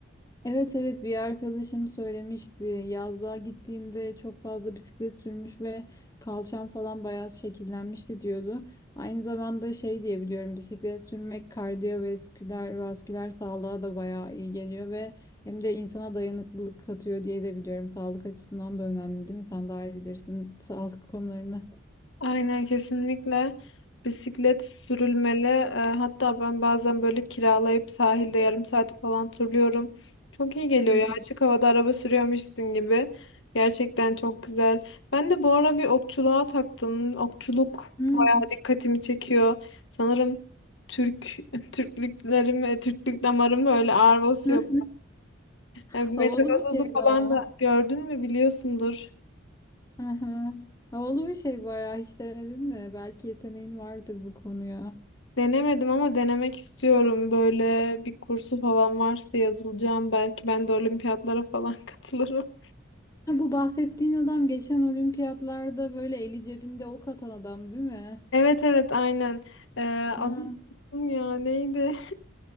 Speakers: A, on the left; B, on the left.
A: Evet evet bir arkadaşım söylemişti. Yazlığa gittiğinde çok fazla bisiklet sürmüş ve kalçam falan bayağı şekillenmişti diyordu. Aynı zamanda şey diye biliyorum bisiklet sürmek kardiyovasküler vasküler sağlığa da bayağı iyi geliyor ve hem de insana dayanıklılık katıyor diye de biliyorum. Sağlık açısından da önemli değil mi? Sen daha iyi bilirsin sağlık konularını.
B: Aynen kesinlikle bisiklet sürülmeli. E, hatta ben bazen böyle kiralayıp sahilde yarım saat falan turluyorum. Çok iyi geliyor
A: <laughs>
B: ya açık havada araba sürüyormuşsun gibi. Gerçekten çok güzel. Ben de bu ara bir okçuluğa taktım. Okçuluk.
A: Hı hı.
B: dikkatimi çekiyor. Sanırım Türk <laughs> Türklüklerim, Türklük damarım böyle ağır basıyor.
A: Hı. <laughs>
B: E, Metagazozu
A: Havalı bir şey
B: falan
A: bayağı.
B: da gördün mü biliyorsundur.
A: Hı hı. Havalı bir şey bayağı. Hiç denedin mi? Belki yeteneğin vardır bu konuya.
B: Denemedim ama denemek istiyorum. Böyle bir kursu falan varsa yazılacağım. Belki ben de olimpiyatlara falan <laughs> katılırım.
A: Ha, bu bahsettiğin adam geçen olimpiyatlarda böyle eli cebinde ok atan adam değil mi?
B: Evet evet aynen. E,
A: Aha.
B: adı unuttum ya neydi?